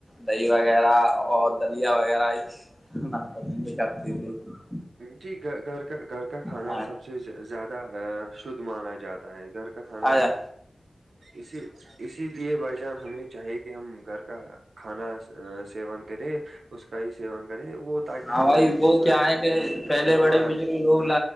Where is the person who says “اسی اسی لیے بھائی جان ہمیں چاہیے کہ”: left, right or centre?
Right